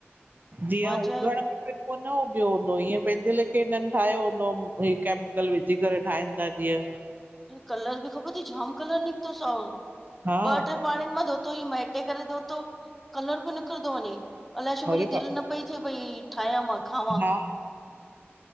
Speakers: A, on the right; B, in the centre.
A: जीअं
B: मां
A: उगण
B: चयो
A: में को हूंदो इयं पंहिंजे लेखे हिनन ठायो हूंदो केमिकल विझी करे ठाहिन था जीय।
B: कलर बि ख़बर थी जाम कलर निकतो साओ
A: हा
B: ॿ टे पाणिआनि मां धोतो मेटे करे धो। कलर पियो निकिरंदो वञे अलाए छो
A: अरे
B: मुंहिंजी
A: बाप
B: दिलि न पई थिए भई ठायां मां खावां
A: रे। हा